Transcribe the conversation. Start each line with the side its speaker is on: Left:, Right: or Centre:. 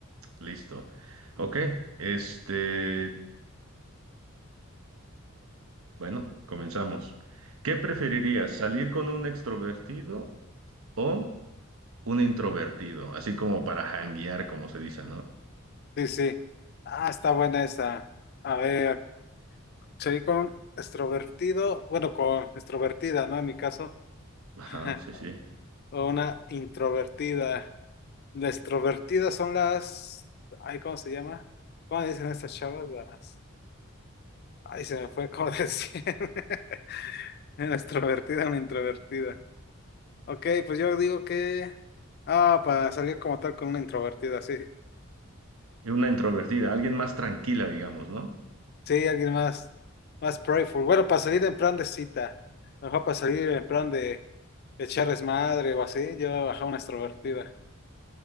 Right: Listo. Ok, este, bueno, comenzamos. ¿Qué preferirías, salir con un extrovertido o un introvertido? Así como para janguear, como se dice, ¿no?
Left: Sí, sí. Ah, está buena esa. A ver, seguí con extrovertido. Bueno, con extrovertida, ¿no? En mi caso.
Right: Ajá,
Left: <laughs>
Right: sí, sí.
Left: O una introvertida. Las extrovertidas son las... Ay, ¿cómo se llama? ¿Cómo le dicen a estas chavas? Las... Ay, se me fue como decir. <laughs> Era extrovertida, una introvertida. Ok, pues yo digo que. Ah, para salir como tal con una introvertida, sí.
Right: Y una introvertida, alguien más tranquila, digamos, ¿no?
Left: Sí, alguien más, más playful. Bueno, para salir en plan de cita. Mejor para salir en plan de, de echar desmadre o así. Yo bajar una extrovertida.